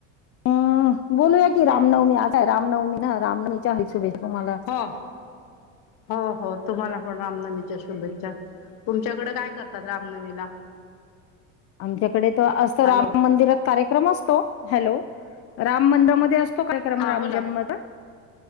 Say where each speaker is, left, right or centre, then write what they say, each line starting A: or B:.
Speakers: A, on the left; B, on the left.
A: हम् बोलूयाकी रामनवमी आताय रामनवमी ना रामनवमीच्या हार्दिक शुभेच्छा. तुम्हाला
B: हो. हो हो तुम्हाला पण रामनवमीच्या शुभेच्छा तुमच्याकडे काय करतात रामनवमीला?
A: आमच्याकडे तर असत
B: हॅलो
A: राम मंदिरात कार्यक्रम असतो, हॅलो! राम मंदिरामध्ये असतो. कार्यक्रम
B: हा
A: राम
B: बोला
A: जन्मचा